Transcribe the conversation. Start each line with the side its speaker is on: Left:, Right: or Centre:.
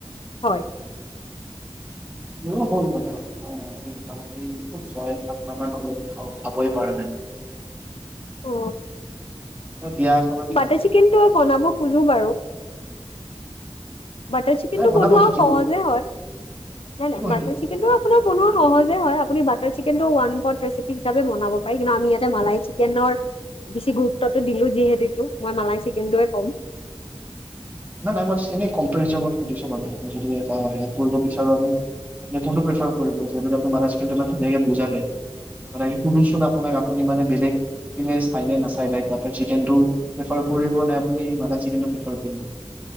Left: হয়।
Right: মোৰো হল মানে আজি মোটামুটি ছয় সাত মাহ মান খাবই পাৰা নাই
Left: অ
Right: মই বিয়া এখনত খাইছিলো।
Left: বাটাৰ চিকেনটো বনাব খোজোঁ বাৰু বাটাৰ চিকেন
Right: নাই
Left: টো
Right: বনাব
Left: বনোৱা
Right: শিকিব
Left: সহজে হয়, হয় নাই?
Right: শিকিব
Left: নাই
Right: শিকিব।
Left: বাটাৰ চিকেন টো আপোনাৰ বনোৱা সহজেই হয়। আপুনি বাটাৰ চিকেনটো ওৱান পইণ্ট ৰেচিপি হিচাপে বনাব পাৰে কিন্তু আমি ইয়াতে মালাই চিকেনৰ বেছি গুৰুত্বটো দিলো যিহেতু মই মালাই চিকেনটোৱে ক'ম
Right: নাই মই এনেই কম্পেৰিজনত সুধিছোঁ মানে আপুনি যদি কৰিব বিচাৰো আমি আপুনি কোনটো প্ৰেচাৰ কৰিব যে আপুনি বাটাৰ চিকেনটো ইমান ধুনীয়াকে বুজালে মানে কোনটো চ আপোনাৰ আপুনি মানে বেলেগ চায় নে নাচায় মানে আপুনি বাটাৰ চিকেনটো প্ৰিফাৰ কৰিব নে আপুনি মালাই চিকেনটো প্ৰিফাৰ কৰিব